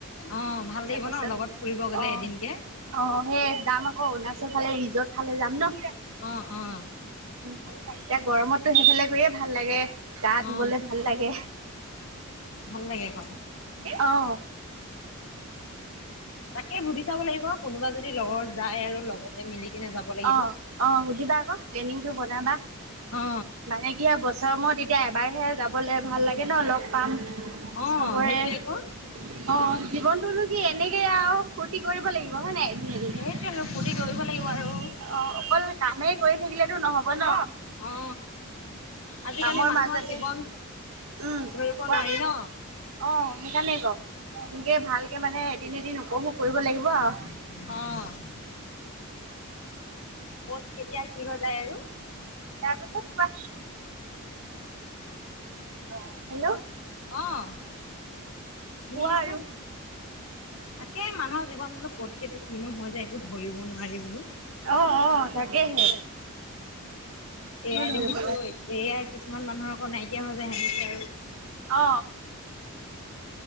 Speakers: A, on the left; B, on the right.
A: অ ভাল লাগিব
B: তাৰপাছত
A: ন লগত ফুৰিব গ'লে
B: অ',
A: এদিনকে
B: সেই যাম আকৌ অৰুণাচল পিছফালে ৰিজৰ্ট ফালে যাম ন
A: অ',
B: এতিয়া গৰমতো সেইফালে গৈয়ে ভাল লাগে গা ধুবলে
A: অ
B: ভাল লাগে
A: ভাল লাগে আকৌ
B: অ',
A: তাকে সুধি চাব লাগিব কোনোবা যদি লগৰ যায় আৰু লগতে মিলি কিনে যাব লাগিব
B: অ', সুধিবা আকৌ প্নিং টো বনাবা
A: অ
B: মানে কি বছৰ মূৰত এতিয়া এবাৰহে যাবলে ভাল লাগে ন লগ পাম
A: অ
B: চবৰে
A: সেইটোৱে
B: অ',
A: আকৌ
B: জীৱনতনো কি এনেকে আৰু ফূৰ্তি কৰিব লাগিব হয়ে নাই এদিন এদিন
A: সেইটোৱে আৰু ফূৰ্তি কৰিব লাগিব আৰু
B: অ', অকল কামেই কৰি থাকিলেতো নহব ন
A: অ আজিকালি
B: কামৰ
A: মানুহৰ
B: মাজতে
A: জীৱন
B: উম
A: ধৰিব
B: কোৱা
A: নোৱাৰি ন
B: অ', সেইকাৰণে ক এনেকে ভালকে মানে এদিন এদিন উপভোগ কৰিব লাগিব আৰু
A: অ', ক, ত কেতিয়া কি হৈ যায় আৰু
B: তাৰপিছত কুৱা? অ', হেল্ল'
A: অ', শুনি
B: কোৱা
A: আছো
B: আৰু
A: তাকে মানুহৰ জীৱন বোলো ক'ত কেনে কিনো হয় যে একো ধৰিব নোৱাৰি বোলো
B: অ অ তাকেহে কোনো
A: এয়াই
B: ধৰিব
A: দেখিছো এয়াই কিছুমান মানুহৰ অন নাইকিয়া হৈ যায় সেনেকৈ আৰু
B: অ',